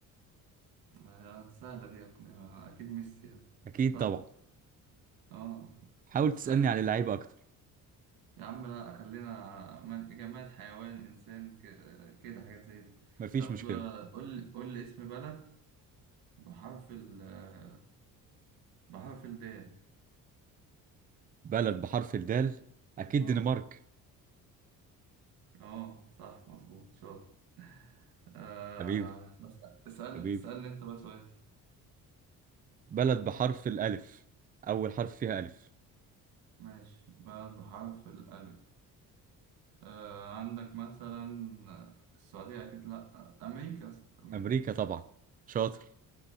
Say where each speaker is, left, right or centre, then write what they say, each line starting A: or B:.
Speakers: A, on the right; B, on the right.
A: آه، سهلة دي يا ابني ما أكيد ميسي يعني.
B: اكيد
A: صح؟
B: طبعا
A: اه
B: حاول
A: اسألني
B: تسألني على اللعيبة اكتر
A: يا عم لا خلينا من- جماد حيوان إنسان ك- كده حاجات زي دي
B: مفيش
A: طب
B: مشكلة
A: آه، قول لي قول لي اسم بلد بحرف ال آه، بحرف الدال
B: بلد بحرف الدال اكيد
A: اه
B: دنمارك
A: اه صح مظبوط شاطر آه...
B: حبيبي
A: بس لا. اسأل
B: حبيبي
A: اسألني انت بقى سؤال
B: بلد بحرف الالف اول حرف فيها الف
A: ماشي بلد بحرف الألف آه... عندك مثلا آه، السعودية أكيد لأ آه، أمريكا أصلا أمريكا
B: امريكا طبعا شاطر